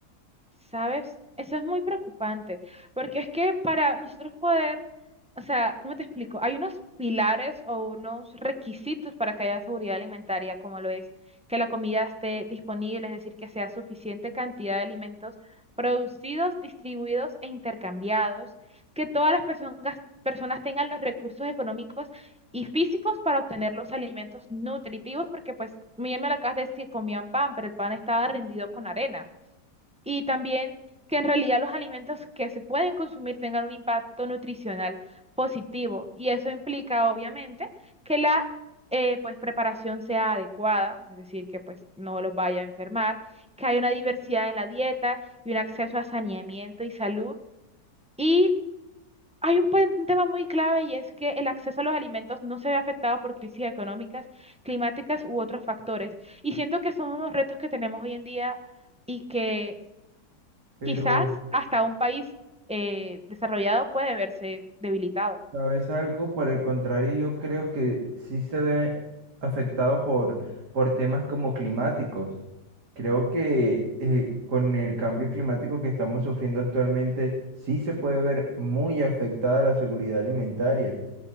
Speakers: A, in the centre; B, on the right.
A: ¿Sabes? Eso es muy preocupante, porque es que para nosotros poder, o sea, ¿cómo te explico? Hay unos pilares o unos requisitos para que haya seguridad alimentaria, como lo es que la comida esté disponible, es decir, que sea suficiente cantidad de alimentos producidos, distribuidos e intercambiados, que todas las personas, personas tengan los recursos económicos y físicos para obtener los alimentos nutritivos, porque pues, bien me lo acabas de decir, comían pan, pero el pan estaba rendido con arena y también que en realidad los alimentos que se pueden consumir tengan un impacto nutricional positivo. Y eso implica, obviamente, que la eh, pues, preparación sea adecuada, es decir, que pues, no los vaya a enfermar, que haya una diversidad en la dieta y un acceso a saneamiento y salud. Y hay un, pe- un tema muy clave y es que el acceso a los alimentos no se ve afectado por crisis económicas, climáticas u otros factores. Y siento que son unos retos que tenemos hoy en día y que
B: Pero,
A: Quizás hasta un país eh, desarrollado puede verse debilitado.
B: ¿sabes algo? Por el contrario, yo creo que sí se ve afectado por, por temas como climáticos. Creo que eh, con el cambio climático que estamos sufriendo actualmente, sí se puede ver muy afectada la seguridad alimentaria,